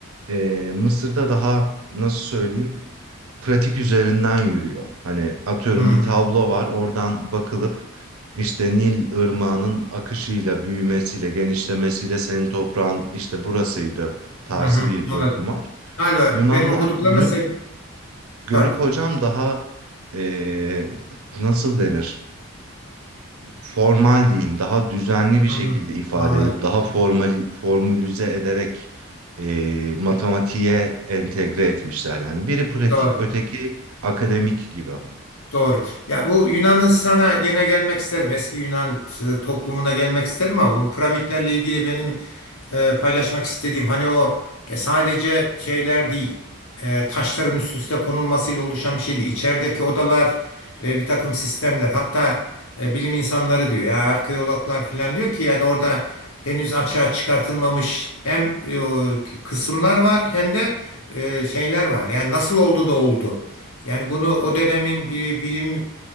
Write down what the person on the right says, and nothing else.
e, Mısır'da daha nasıl söyleyeyim pratik üzerinden yürüyor. Hani atıyorum
bir
tablo var oradan bakılıp işte Nil ırmağının akışıyla, büyümesiyle, genişlemesiyle senin toprağın işte burasıydı tarzı
bir bölüm
var.
Yunanlar
bunu
görüp
hocam daha eee, nasıl denir? Formal diyeyim, daha düzenli bir
şekilde ifade
edip daha formali, formülize ederek eee, matematiğe entegre etmişler. Yani biri pratik,
öteki akademik gibi.